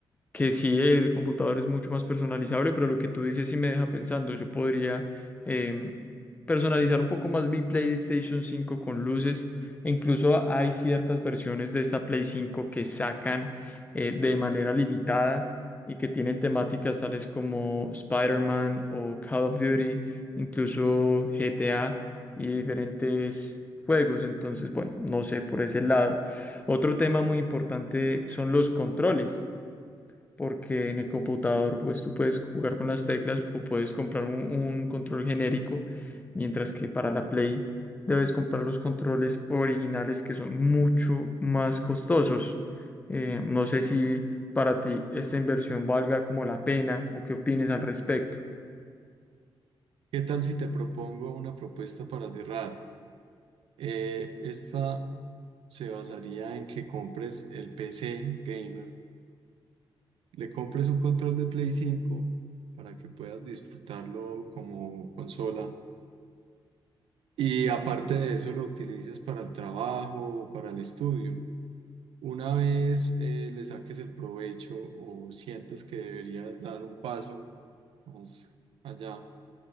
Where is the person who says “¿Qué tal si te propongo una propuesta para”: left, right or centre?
Right